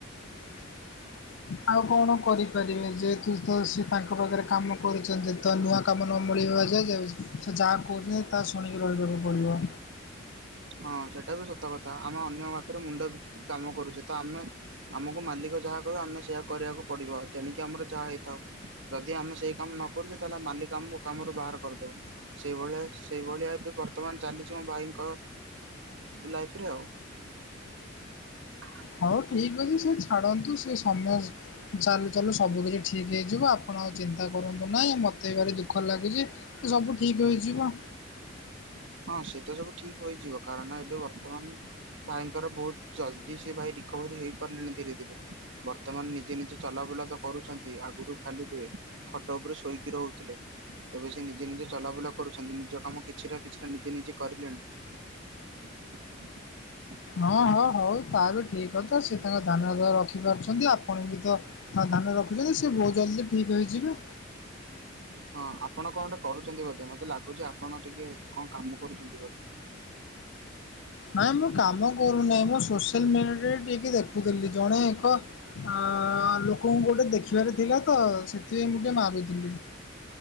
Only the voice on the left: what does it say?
<unintelligible> କଣ କରିପାରିବେ ଯେହେତୁ ତ ସିଏ ତାଙ୍କ ପାଖରେ କାମ କରୁଛନ୍ତି ତ ନୂଆ କାମ ନ ମିଳିବାଯାଏ <unintelligible> ସେ ଯାହା କହୁଛନ୍ତି, ତାହା ଶୁଣିକି ରହିବାକୁ ପଡ଼ିବ।
ହଉ ଠିକ୍ ଅଛି। ସିଏ ଛାଡ଼ନ୍ତୁ, ସିଏ ସମୟ ଚାଲୁ ଚାଲୁ ସବୁ କିଛି ଠିକ୍ ହେଇଯିବ। ଆପ ପଣ ଆଉ ଚିନ୍ତା କରନ୍ତୁନାହିଁ। ମୋତେ ବି ଭାରି ଦୁଃଖ ଲାଗୁଚି ସବୁ ଠିକ୍ ହୋଇଯିବ।
ହଁ ହଁ ହଉ ତା ବି ଠିକ୍ କଥା। ସେ ତାଙ୍କ ଧ୍ୟାନ ଦୁଆ ରଖିପାରୁଛନ୍ତି ଆପଣ ବି ତ ହଁ ଧ୍ୟାନ ରଖୁଛନ୍ତି ସେ ବହୁତ ଜଲଦି ଠିକ ହୋଇଯିବେ
ନାଇଁ ମୁଁ କାମ କରୁନାହିଁ। ମୁଁ ସୋସିଆଲ ମିଡିଆରେ ଟିକେ ଦେଖୁଥିଲି। ଜଣେ ଏକ ଆ ଅ ଲୋକଙ୍କୁ ଗୋଟେ ଦେଖିବାର ଥିଲା ତ, ସେଥିପାଇଁ ମୁଁ ଟିକେ ମାରୁଥିଲି।